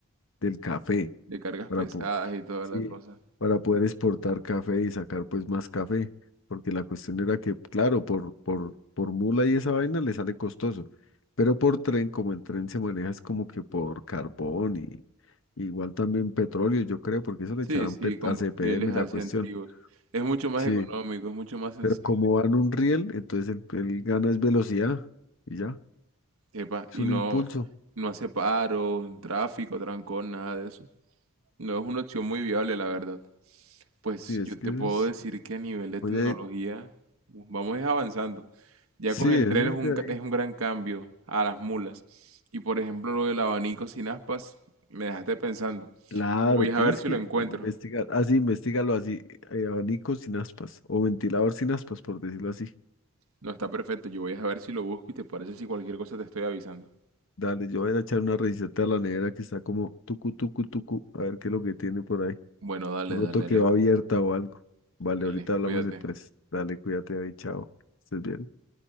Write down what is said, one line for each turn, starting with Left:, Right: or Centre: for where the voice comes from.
Left: del café
Right: de cargas
Left: para,
Right: pesadas
Left: po-
Right: y toda
Left: sí,
Right: la cosa.
Left: para poder exportar café y sacar pues más café, porque la cuestión era que, claro, por, por, por mula y esa vaina le sale costoso, pero por tren, como el tren se maneja es como que por carbón y igual también petróleo, yo creo, porque eso le
Right: Sí,
Left: echarán
Right: sí,
Left: pet-
Right: combustibles
Left: a CPM
Right: así
Left: y la cuestión,
Right: antiguos. Es mucho más
Left: sí,
Right: económico, es mucho más sensible.
Left: pero como van un riel, entonces el, el gana es velocidad y ya,
Right: Epa,
Left: es
Right: y
Left: un
Right: no,
Left: impulso.
Right: no hace paro, tráfico, trancón, nada de eso. No es una opción muy viable, la verdad. Pues
Left: Sí, es
Right: yo
Left: que
Right: te
Left: eso
Right: puedo
Left: es,
Right: decir que a nivel de
Left: oye,
Right: tecnología vamos a ir avanzando. Ya
Left: sí,
Right: con el
Left: eso
Right: tren es un,
Left: es de ahí.
Right: ca- es un gran cambio a las mulas. Y por ejemplo, lo del abanico sin aspas, me dejaste pensando.
Left: Claro,
Right: Yo voy
Left: tienes
Right: a ver si
Left: que
Right: lo encuentro.
Left: investigar. Así, investigalo así. eh, abanico sin aspas o ventilador sin aspas, por decirlo así.
Right: No, está perfecto. Yo voy a ver si lo busco y te parece si cualquier cosa te estoy avisando.
Left: Dale, yo voy a ir a echar una revisada a la nevera que está como tucu, tucu, tucu. A ver qué es lo que tiene por ahí.
Right: Bueno, dale,
Left: De pronto
Right: dale,
Left: quedó
Right: Alejo.
Left: abierta o algo. Vale,
Right: Dale,
Left: ahorita hablamos
Right: cuídate.
Left: entonces. Dale, cuídate ahí, chao. Estés bien.